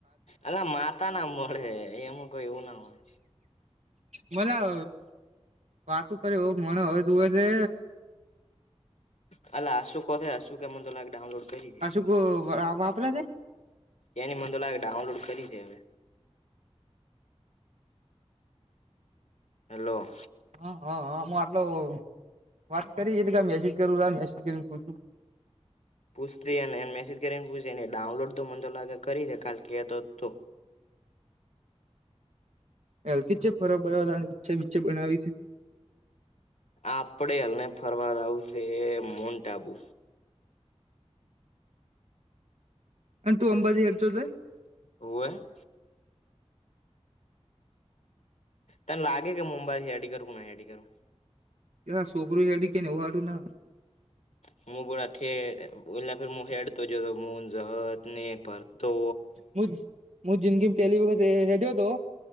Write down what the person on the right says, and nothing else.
મલા વાતું કર હો મને હોય તું હો છે.
અશુક વાપરા છે.
હા હં હા હું આટલો વાટસ કરી એ હતીલે કે મેસેજ કરું આ મેસેજ કરીને પૂછું.
એલ કે છે ફરબ બર ઈચ્છા બે બનાવી છે.
અને તું અંબજી હેડો જ છે.
હા છોકરોું છેડી કેનેવું વાડું ના.
મુ મુ જિંદગી પહેલી વખત હેડ્યો હતો.